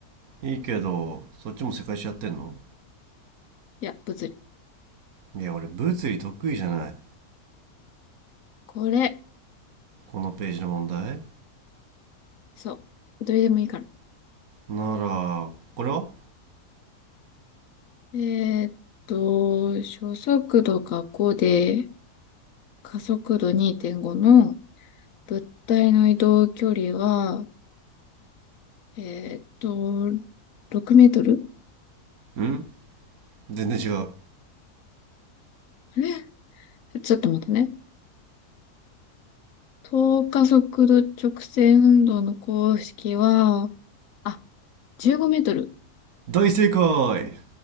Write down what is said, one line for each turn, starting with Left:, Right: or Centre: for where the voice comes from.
Right: いいけどそっちも世界史やってんの
Left: いや、物理。
Right: いや俺物理得意じゃない
Left: これ、
Right: このページの問題
Left: そう、どれでもいいから。
Right: ならこれは
Left: えーっと、初速度が5で、加速度2.5の物体の移動距離は、えーっと、6メートル
Right: うん全然違う
Left: あれちょっと待ってね。等加速度直線運動の公式は、あ、15メートル。
Right: 大正解